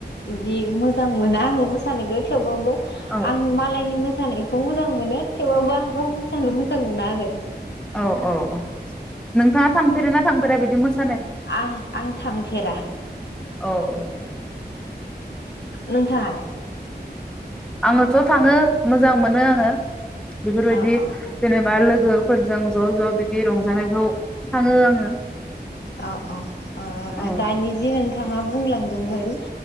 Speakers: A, on the left (about 80°); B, in the centre.
A: बिदि मोजां मोना आङो मोसानायखौ थेवबाबो
B: औ
A: आं मालायनि मोसानाय खौ मोजां मोनो थेवबाबो आं गाव मोसानो मोजां मोना आरो।
B: औ औ औ नोंथाङा थांफेरो ना थांफेरा बिदि मोस
A: आं आं थांफेरा।
B: औ औ
A: नोंथाङालाय?
B: आङोथ' थाङो मोजां मोनो आङो। बेफोरबायदि
A: अ अ
B: जेनेबा लो गोफोरजों ज' ज' बिदि रंजानायखौ थाङो आङो।
A: अ अ ओ
B: औ
A: दानि जि नों थाङा बुंलांदोंमोन।